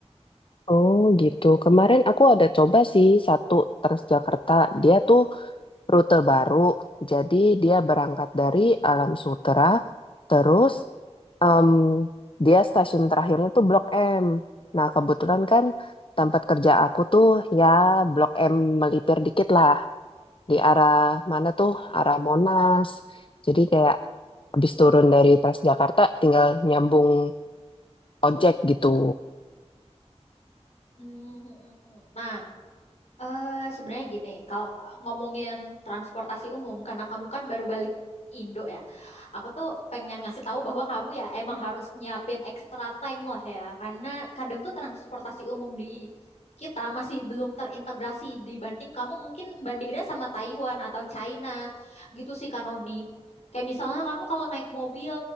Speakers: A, on the left (about 50°); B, on the left (about 75°).
A: Oh gitu. Kemarin aku ada coba sih satu Transjakarta. Dia tuh rute baru. Jadi dia berangkat dari Alam Sutera Terus em, dia stasiun terakhirnya tuh Blok M. Nah kebetulan kan tempat kerja aku tuh ya Blok M melipir dikit lah. Di arah mana tuh? Arah Monas. Jadi kayak habis turun dari Transjakarta tinggal nyambung ojek gitu.
B: Hmm. hmm, hmm. Nah, Eh, sebenarnya gini, kalau ngomongin transportasi umum, karena kamu kan baru balik Indo ya, aku tuh pengen ngasih tahu bahwa kamu ya emang harus nyiapin extra time lah ya, karena kadang tuh transportasi umum di kita masih belum terintegrasi dibanding kamu mungkin bandinginnya sama Taiwan atau China gitu sih Kanoni. Kayak misalnya kamu kalau naik mobil